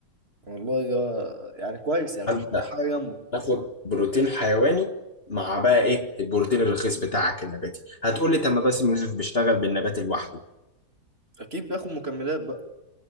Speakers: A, on the right; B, on the left.
A: والله ده يعني كويس يعني
B: فانت
A: مش محتاج حاجة جنبه
B: تاخد بروتين حيواني مع بقى ايه البروتين الرخيص بتاعك النباتي هتقول لي طب ما باسم يوسف بيشتغل بالنبات لوحده
A: أكيد بياخد مكملات بقى